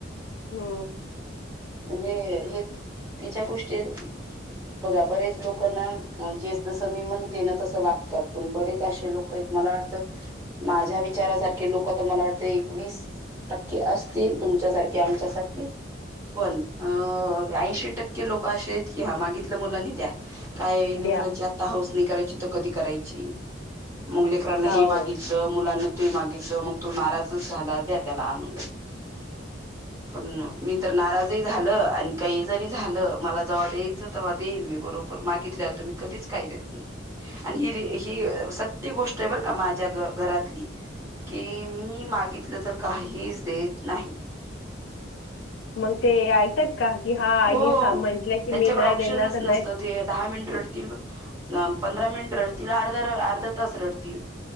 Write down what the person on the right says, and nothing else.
म्हणजे हे चुकीच्या गोष्टी बघा बरेच लोक ना जे जसं मी म्हणते ना, तसं वागतात. पण बरेच असे लोक मला वाटतं, माझ्या विचारासारखे लोक तर मला वाटतं एकवीस टक्के असतील, तुमच्यासारखे आमच्यासारखे. पण अं ऐंशी टक्के लोक असे आहेत, की हा मागितल्या मुलांनी द्या. काय लेकरांची
आता हाऊस नाही करायची तर कधी करायची. मग लेकरांनं हे
मागितलं मुलांना ते मागितलं मग तो नाराज झाला, द्या त्याला आणून. पण मी तर नाराजही झालं आणि काही जरी झालं, मला जव्हा द्यायचं तेव्हा देईल मी बरोबर. मागितल्यावर तर मी कधीच काही देत नाही. आणि ही ही सत्य गोष्ट आहे बरं का, माझ्या घरातली. की मी मागितलं तर काहीच देत नाही.
हो
त्यांच्याकडे
ऑप्शनच
नसतं
ते दहा मिनिट रडतील, पंधरा मिनिट रडतील, अर्ध अर्धा तास रडतील.